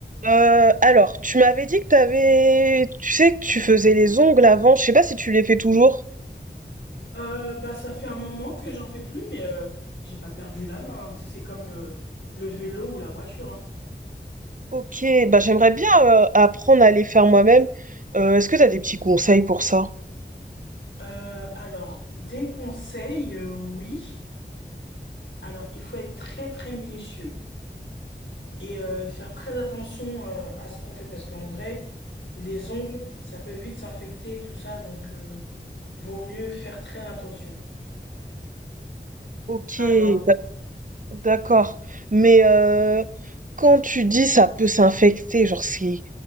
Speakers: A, on the right; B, on the left.
A: Euh, alors, tu m'avais dit que t'avais, tu sais que tu faisais les ongles avant. Je sais pas si tu les fais toujours.
B: Euh, bah, ça fait un moment que j'en fais plus, mais euh, j'ai pas perdu la main. hein. C'est comme euh, le vélo ou la voiture. hein.
A: Ok, bah j'aimerais bien euh, apprendre à les faire moi-même. Euh, est-ce que t'as des petits conseils pour ça?
B: Euh, alors, des conseils, euh, oui. Alors, il faut être très très minutieux et euh, faire très attention euh, à ce qu'on fait parce qu'en vrai, les ongles, ça peut vite s'infecter, tout ça, donc euh, vaut mieux faire très attention.
A: Ok,
B: Alors,
A: d'ac- d'accord. Mais euh, quand tu dis ça peut s'infecter, genre c'est,